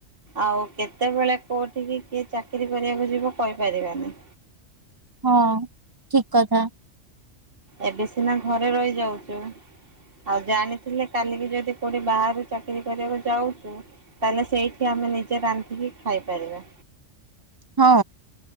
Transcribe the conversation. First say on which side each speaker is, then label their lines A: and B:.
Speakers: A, on the right; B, on the right.
A: ଆଉ କେତେବେଳେ କୋଉଠିକି କିଏ ଚାକିରୀ କରିବାକୁ ଯିବ କହିପାରିବାନି।
B: ହଁ ଠିକ କଥା।
A: ଏବେ ସିନା ଘରେ ରହିଯାଉଛୁ। ଆଉ ଜାଣିଥିଲେ କାଲିକି ଯଦି କଉଠି ବାହାରୁ ଚାକିରୀ କରିବାକୁ ଯାଉଛୁ। ତାହେଲେ ସେଇଠି ଆମେ ନିଜେ ରାନ୍ଧିକି ଖାଇପାରିବା।
B: ହଁ